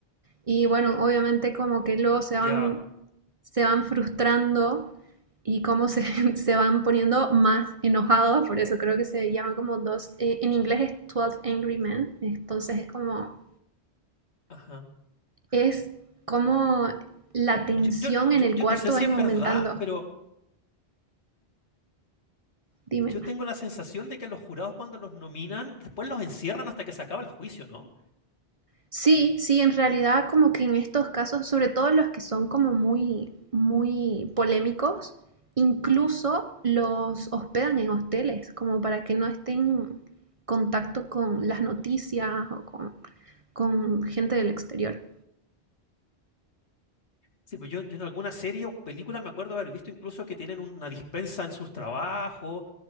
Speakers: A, on the right; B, on the left.
A: Y bueno, obviamente como que luego se van,
B: Ya.
A: se van frustrando y cómo se, <laughs> se van poniendo más enojados, por eso creo que se llama como dos, eh, en inglés es Twelve Angry Men, entonces es como
B: Ajá.
A: es cómo la tensión
B: Yo, yo,
A: en
B: yo,
A: el
B: yo
A: cuarto
B: no sé si
A: va aumentando.
B: es verdad, pero
A: Dime.
B: Yo tengo la sensación de que los jurados cuando los nominan, después los encierran hasta que se acaba el juicio, ¿no?
A: Sí, sí, en realidad como que en estos casos, sobre todo los que son como muy, muy polémicos, incluso los hospedan en hosteles, como para que no estén en contacto con las noticias o con, con gente del exterior.
B: Sí, pues yo, yo en alguna serie o película me acuerdo haber visto incluso que tienen una dispensa en sus trabajos,